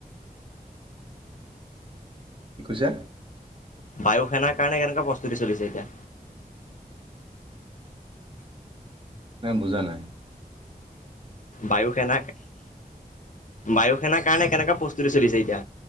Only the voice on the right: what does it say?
<inaudible> কি কৈছে।
মে বুজা নাই